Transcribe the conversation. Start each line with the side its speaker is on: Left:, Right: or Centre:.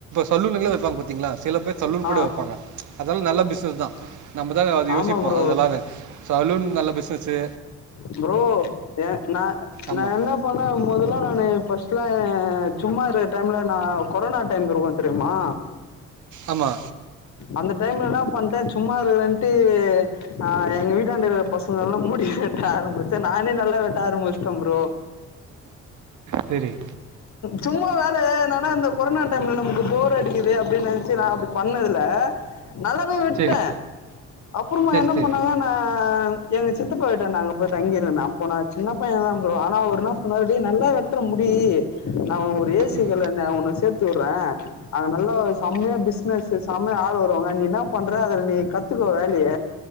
Right: சொல்லூம்களே வப்பாங்க பாத்தீங்களா சில பேர் சலூன்
Left: ஆ
Right: கூட வைப்பாங்க அதெலா நல்ல பிஸ்னஸ் தா நம்ம தா அத
Left: ஆமா
Right: யோசிப்போ
Left: ப்ரோ
Right: அதெல்லாமே சலூன் நல்ல பிஸ்னஸு
Left: ஃப்ரோ ஏ நா
Right: ஆமாம்
Left: நா என்னப் போன முதல்லா நானு ஃபஸ்ட்ல சும்மா இருக்க டைம்ல நா கொரனா டைம் இருக்கு தெரிம்மா
Right: ஆமா
Left: அந்த டைம்ல என்ன பண்ட்டே சும்மா இருகறன்ட்டு அ எங்க வீட்டாண்ட இருக்குற பஸ் நல்ல முடி வெட்ட ஆரம்பிச்சன் நானே நல்லா விட்ட ஆரம்பிச்சிட்ட ஃப்ரோ
Right: செரி
Left: சும்மா தானா நா என்னா இந்த கொரோனா டைம்ல நமக்கு போர் அடிக்குது அப்டின்னு நினைச்சி நா அப்டி பண்ணது துல நல்லாவே விட்ட
Right: சரி
Left: அப்பறமா
Right: சரி
Left: என்ன
Right: சரி
Left: பண்ணாங்க நா எங்க சித்தப்பா வீட்டாண்ட நாங்க போய் தங்கியிருந்தோ அப்ப நா சின்ன பைய தா ஃப்ரோ ஆனா ஒரு நாள் சொன்னா டேய் நல்லா வெ வெட்ற‌ முடி நா ஒரு ஏசி‌கல்ல
Right: ம்
Left: என்ன நா‌ உன்ன சேத்து விடுற அங்க நல்ல செம்மைய பிசினஸ் செமையா ஆள் வருவாங்க நீ என்ன பண்ற அதுல நீ கத்துக்க வேலைய